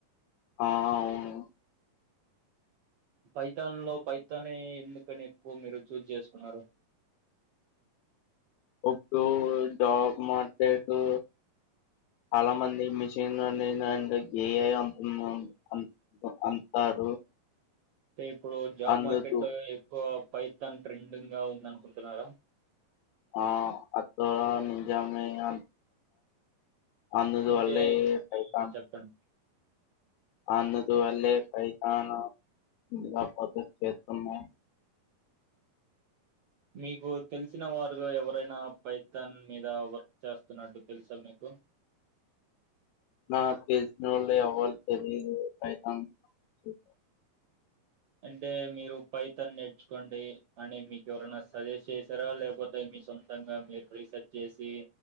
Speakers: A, on the left; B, on the right.
A: ఆ అవును
B: పైతాన్ లో పైతానే ఎందుకని ఎక్కువ మీరు చూజ్ చేసుకున్నారు
A: ఇప్పుడు డా మార్కెటు చాలా మంది మిషన్ని అండ్ ఎందంటే గే అయి అమ్ ఆ అంటారు
B: తే ఇప్పుడు జాబ్
A: అందుకు
B: మార్కెట్ లో ఎక్కువ పైతన్ ట్రెండింగ్ గా ఉందనుకుంటున్నారా
A: ఆ అతరా నిజామే అంత అందుద్దు
B: అంటే
A: వళ్ళే పైతాన్
B: ఆ! చెప్పండి.
A: అందుకు వల్లే పైతాను లేపోతే చెస్సునో
B: మీకు తెలిసిన వారిలో ఎవరైనా పైథన్ మీద వర్క్ చేస్తున్నట్టు తెలుసా మీకు
A: నాక్ తెలిసినోళ్ళో ఎవలికి తెలిదు పైతాన్ ఉ
B: అంటే మీరు పైతన్ని నేర్చుకోండి అని మీకు ఎవరైనా సజెస్ట్ చేసారా లేకపోతే మీ సొంతంగా మీరు రీసెర్చ్ చేసి